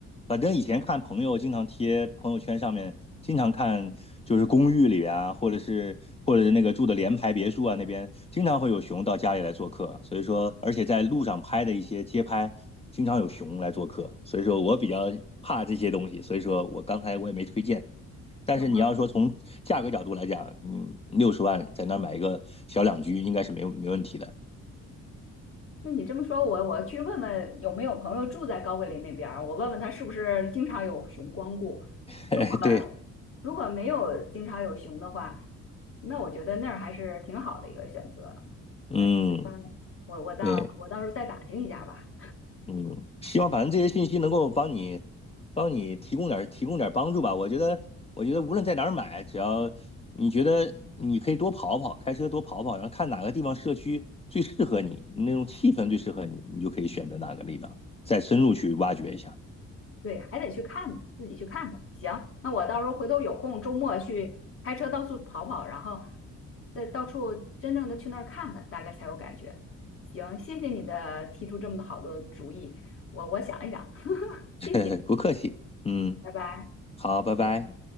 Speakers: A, on the left; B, on the left.
A: 反正以前看朋友经常贴朋友圈上面，经常看就是公寓里边啊，或者是或者是那个住的联排别墅啊那边，经常会有熊到家里来做客。所以说，而且在路上拍的一些街拍，经常有熊来做客。所以说我比较怕这些东西，所以说我刚才我也没推荐。但是你要说从价格角度来讲，
B: <laughs>
A: 嗯，六十万在那儿买一个小两居应该是没有没问题的。
B: 那你这么说，我我去问问有没有朋友住在高桂林那边儿我问问他是不是经常有熊光顾。
A: <laughs>
B: 如果
A: 哎对，
B: 如果没有经常有熊的话，那我觉得那儿还是挺好的一个选择。
A: 嗯，
B: 但是，我我到我到时候再打听一下吧。
A: 对，嗯，希望反正这些信息能够帮你，帮你提供点儿提供点儿帮助吧。我觉得，我觉得无论在哪儿买，只要你觉得你可以多跑跑，开车多跑跑，然后看哪个地方社区最适合你，那种气氛最适合你，你就可以选择哪个地方，再深入去挖掘一下。
B: 对，还得去看，自己去看看。行，那我到时候回头有空，周末去开车到处跑跑，然后再到处真正的去那儿看看，大概才有感觉。行，谢谢你的提出这么多好的主意，我我想一想，<laughs> 谢谢，
A: <laughs> 不客气，嗯，
B: 拜拜。
A: 好，拜拜。